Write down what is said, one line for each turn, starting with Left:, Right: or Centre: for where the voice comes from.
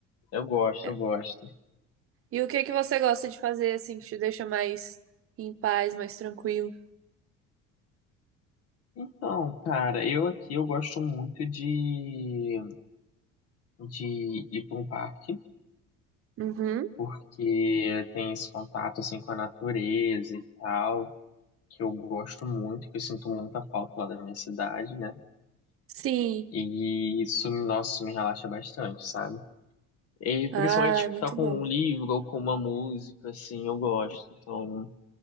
Left: Eu gosto,
Right: É.
Left: eu gosto.
Right: E o que que você gosta de fazer assim que te deixa mais em paz, mais tranquilo?
Left: Então, cara, eu aqui, eu gosto muito de, de ir para um parque.
Right: Uhum.
Left: porque tem esse contato assim com a natureza e tal, que eu gosto muito, que eu sinto muita falta lá da minha cidade, né?
Right: Sim.
Left: E isso, nossa, isso me relaxa bastante, sabe? E
Right: Ah,
Left: principalmente
Right: é
Left: tipo,
Right: muito
Left: tá com
Right: bom.
Left: um livro ou com uma música, assim, eu gosto. Então,